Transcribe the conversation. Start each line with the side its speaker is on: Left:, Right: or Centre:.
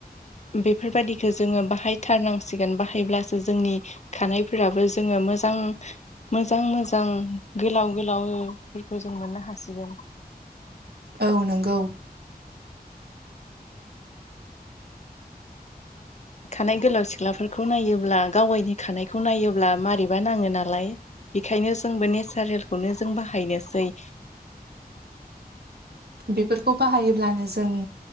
Left: बेफोरबायादिखौ जोङो बाहायथारनांसिगोन बाहायब्लासो जोंनि खानायफोराबो जोङो मोजां मोजां मोजां गोलाव गोलावफोरखौ जों मोननो हासिगोन।
Right: औ नोंगौ।
Left: खानाय गोलाव सिख्लाफोरखौ नायोब्ला गावायनि खानायखौ नायोब्ला मारैबा नाङो नालाय। बेखायनो जोंबो नेसारेलखौनो जों बाहायनोसै।
Right: बेफोरखौ बाहायोब्लानो जों